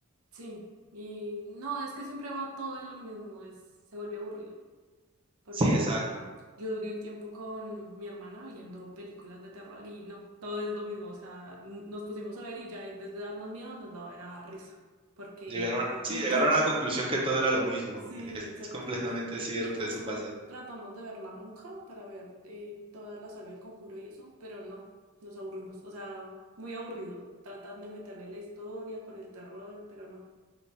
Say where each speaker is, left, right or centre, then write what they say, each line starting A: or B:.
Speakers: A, on the right; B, on the right.
A: Sí. Y no, es que siempre va todo de lo mismo, es, se vuelve aburrido. porque
B: Sí, exacto.
A: mm, yo duré un tiempo con mi hermana viendo películas de terror y no, todo es lo mismo, o sea, n- nos pusimos a ver y ya en vez de darnos miedo nos daba era risa, porque
B: Llegaron,
A: era
B: sí,
A: muy
B: llegaron
A: cliché.
B: a la conclusión que todo era lo mismo.
A: Sí,
B: Es
A: exacto.
B: completamente
A: In-
B: cierto,
A: incluso
B: eso pasa.
A: tratamos de ver La Monja para ver eh, toda la saga del Conjuro y eso, pero no, nos aburrimos, o sea, muy aburrido. Tratan de meterle la historia con el terror, pero no,